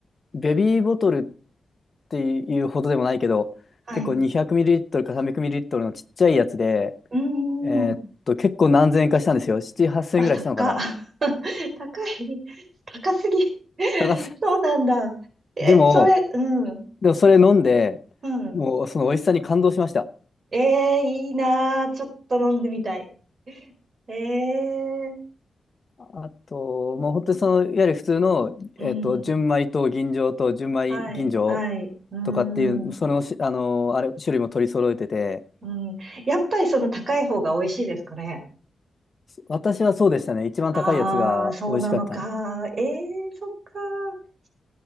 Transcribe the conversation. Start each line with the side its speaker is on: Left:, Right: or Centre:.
Left: ベビーボトルっていうほどでもないけど、
Right: はい。
Left: 結構 200ml か 300ml のちっちゃいやつで、
Right: うんうん。
Left: えーっと、結構何千円かしたんですよ。七、八千円ぐらいしたのかな。
Right: あ、高っ。<laughs> 高い。高すぎ。<laughs>
Left: 高す
Right: そうなんだ。
Left: <laughs>
Right: え、
Left: でも、
Right: それ、うん、
Left: でもそれ飲んで、
Right: うん。
Left: もうその美味しさに感動しました。
Right: ええいいなー。ちょっと飲んでみたい。ええ
Left: あと、もう本当にその、いわゆる普通の、
Right: うん。
Left: えっと、純米と吟醸と純米吟醸
Right: はい、はい。うん、
Left: とかっていう、そのし、あの、あれ、種類も取り揃えてて、
Right: うん。やっぱりその高い方が美味しいですかね。
Left: 私はそうでしたね。一番高いやつが美味しかった。
Right: ああ、そうなのか。ええそっか。ち